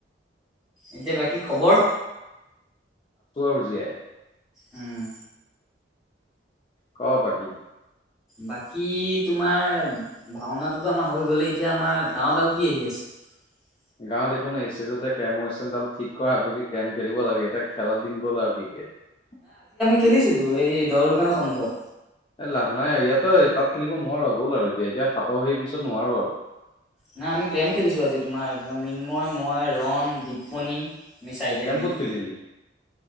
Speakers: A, in the centre; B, on the left (about 30°).
A: এতিয়া বাকী খবৰ
B: জিয়াই
A: উম
B: ক বাকী
A: বাকী তোমাৰ ভাওনাটোতো আমাৰ হৈ গ'লে এতিয়া আমাৰ গাঁৱত আৰু কি আহি আছে <unintelligible>
B: গাঁৱত একো নাই ষ্টেজতে কেম ষ্টেণ্ডাল ঠিক কৰা বুলি কেম খেলিব লাগে এতিয়া <unintelligible> খেলাৰ দিন গ'ল আৰু কিকেট
A: খেলিছো তো এই দৰৰ দোকানৰ সন্মুখত
B: এ লাভ নাই ইয়াতো তাত খেলিব নোৱাৰো গ'ল আৰু এতিয়া এতিয়া সাতৰ সেই পিছত নোৱাৰো আৰু <unintelligible>
A: নাই আমি কেম খেলিছো আজি তোমাৰ মিন্ময় ময় ৰন দপ্পণী <unintelligible> চাৰিটাই
B: কেম
A: মিলি
B: ক'ত খেলিছিলি